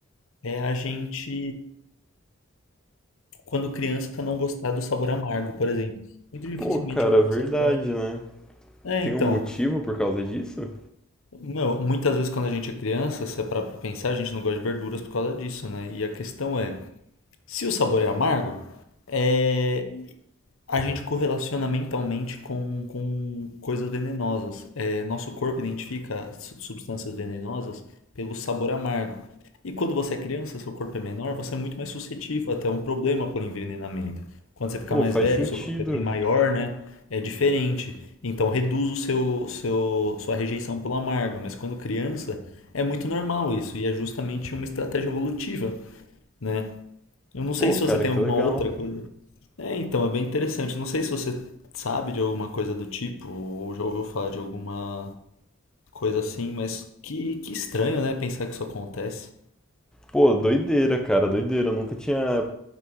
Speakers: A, on the left; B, in the centre.
A: é a gente, quando criança, não gostar do sabor amargo, por exemplo. Muito dificilmente
B: Pô, cara,
A: crianças
B: verdade,
A: gostam.
B: né?
A: É,
B: Tem
A: então,
B: um motivo por causa disso?
A: meu, muitas vezes quando a gente é criança, se é pra pensar, a gente não gosta de verduras por causa disso, né? E a questão é, se o sabor é amargo, é, A gente correlaciona mentalmente com, com coisas venenosas. É, nosso corpo identifica su- substâncias venenosas pelo sabor amargo. E quando você é criança, seu corpo é menor, você é muito mais suscetível até um problema por envenenamento. Quando você fica
B: Pô,
A: mais
B: faz
A: velho,
B: sentido.
A: seu corpo é bem maior, né? É diferente. Então reduz o seu, seu, sua rejeição pelo amargo. Mas quando criança, é muito normal isso. E é justamente uma estratégia evolutiva, né? Eu não sei
B: Pô,
A: se
B: cara,
A: você tem
B: que
A: alguma
B: legal.
A: outra coisa. É, então, é bem interessante. Não sei se você sabe de alguma coisa do tipo, ou já ouviu falar de alguma coisa assim, mas que, que estranho, né? Pensar que isso acontece.
B: Pô, doideira, cara, doideira. Eu nunca tinha